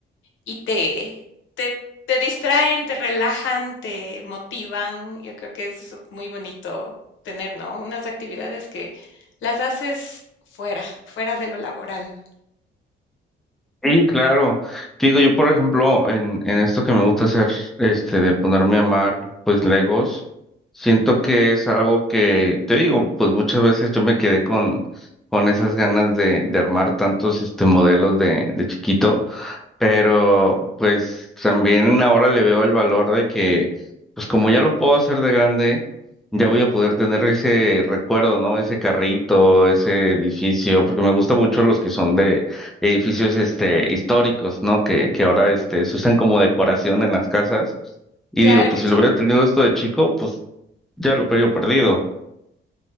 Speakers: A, on the left (about 75°); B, in the centre.
A: y te te te distraen, te relajan, te motivan. Yo creo que eso es muy bonito tener, ¿no? Unas actividades que las haces fuera, fuera de lo laboral.
B: Sí, claro. Te Digo, yo por ejemplo, en, en esto que me gusta hacer, este, de ponerme a amar, pues Legos, siento que es algo que, te digo, pues muchas veces yo me quedé con, con esas ganas de, de armar tantos, este, modelos de, de chiquito. Pero pues también ahora le veo el valor de que, pues como ya lo puedo hacer de grande, ya voy a poder tener ese recuerdo, ¿no? Ese carrito, ese edificio, porque me gusta mucho los que son de edificios este históricos, ¿no? Que, que ahora este se usan como decoración en las casas. Y
A: Claro,
B: digo, pues
A: qué
B: si
A: chévere.
B: lo hubiera tenido esto de chico, pues ya lo hubiera perdido.